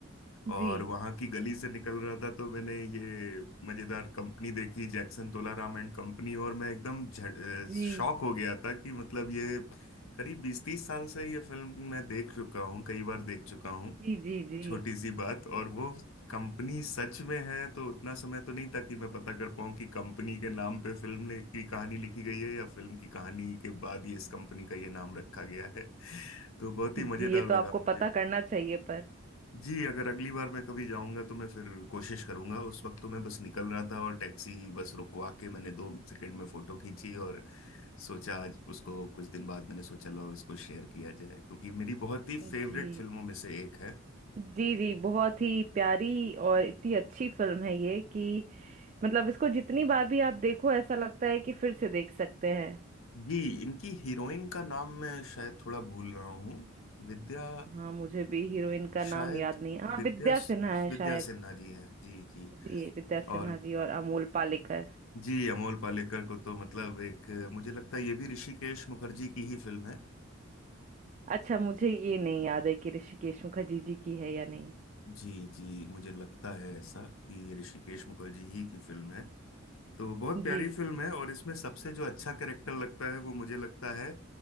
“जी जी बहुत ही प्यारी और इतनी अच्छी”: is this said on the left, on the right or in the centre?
Right